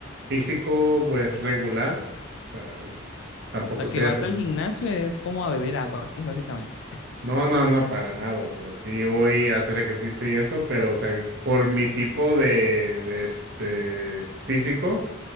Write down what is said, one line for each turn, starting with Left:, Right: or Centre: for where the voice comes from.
Right: físico, pues, regular. O sea, tampoco
Left: O sea
Right: estoy
Left: que vas
Right: haciendo.
Left: al gimnasio es como a beber agua, ¿sí? Básicamente.
Right: No, no, no, para nada. O sea, sí voy a hacer ejercicio y eso, pero, o sea, por mi tipo de, de este físico.